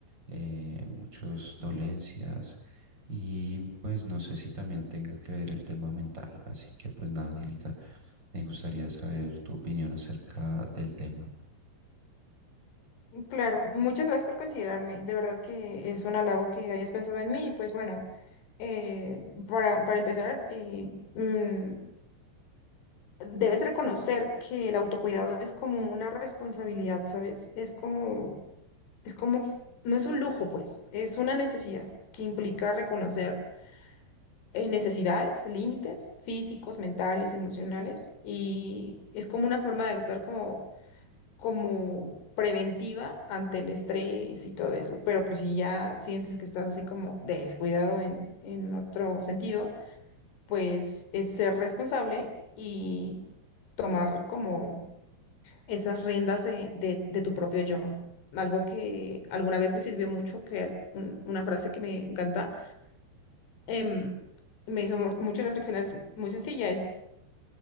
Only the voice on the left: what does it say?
Claro, muchas gracias por considerarme. De verdad que es un halago que hayas pensado en mí. Y pues bueno, eh, para, para empezar, eh, mm, debes reconocer que el autocuidado es como una responsabilidad, ¿sabes? Es como, es como, no es un lujo, pues, es una necesidad que implica reconocer eh, necesidades, límites físicos, mentales, emocionales. Y es como una forma de actuar como como preventiva ante el estrés y todo eso. Pero pues si ya sientes que estás así como descuidado en, en otro sentido, pues es ser responsable y tomar como esas riendas de, de- de tu propio yo. Algo que alguna vez me sirvió mucho, que al- un- una frase que me encanta, em, me hizo mu- mucho reflexionar, es muy sencilla,